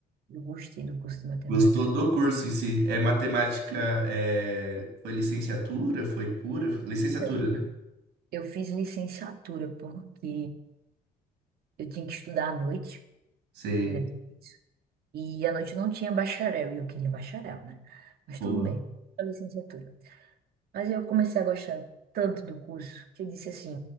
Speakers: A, on the right; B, on the right.
A: Eu gostei do curso de matemática.
B: Gostou do curso em si? É matemática, é... foi licenciatura? Foi pura? Foi- Licenciatura,
A: Então,
B: né?
A: Eu fiz licenciatura porque eu tinha que estudar à noite.
B: Sei.
A: Ainda difícil. E à noite não tinha bacharel, e eu queria bacharel, né? Mas
B: Boa.
A: tudo bem, a licenciatura. Mas eu comecei a gostar tanto do curso que eu disse assim: